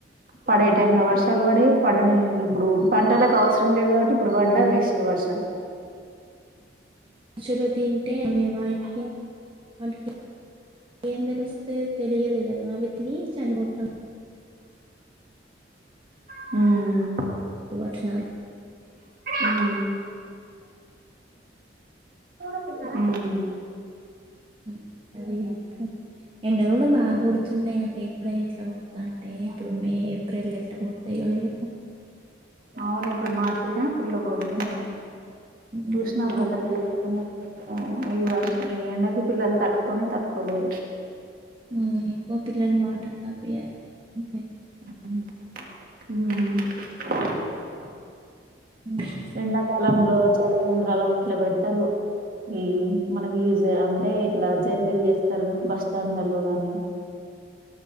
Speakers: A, on the right; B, on the right.
A: పడే టైం లో వర్షాల్ పడయ్ పడన్ ఇప్పుడు పంటలకు అవసరం లేదు కాబట్టి ఇప్పుడు పడ్డా వేస్ట్ వర్షం
B: పశులు తింటే అవి వైట్ గా మనకి ఏం తెలుస్తయ్ తెలియదు కదా అవి తిని చనిపోతా
A: హ్మ్
B: వర్షాలు
A: ఉమ్. ఊ మ్
B: ఉమ్ అదే అక్క ఎండలు కూడా బాగా కొడుతున్నాయండి ఇప్పుడే ఇట్ల కొడ్తాంటే ఇప్పుడు మే ఏప్రిల్ ఎట్లా కొడతాయో ఏమో
A: అవును ఇప్పుడు మార్చలానే ఫుల్ కొడుతున్నాయి
B: ఉమ్,
A: ఉషనోగ్రత్తలు
B: ఎండలు కూడా
A: పెరుగుతున్నాయి మ్ ఈ వర్ష ఈ ఎండకి పిల్లలు తట్టుకొనే తట్టుకోలేరు
B: హ్మ్ ఎక్కువ పిల్లలు వాటర్ తాపియాలి అంతే
A: మ్
B: <inaudible>
A: ఎండాకాలంలో చలివేంద్రాలు అట్లా పెడ్తారు ఈ మనకి అంటే ఇట్లా జర్నీలు చేస్తారుగా బస్ స్టాండ్లలో గాని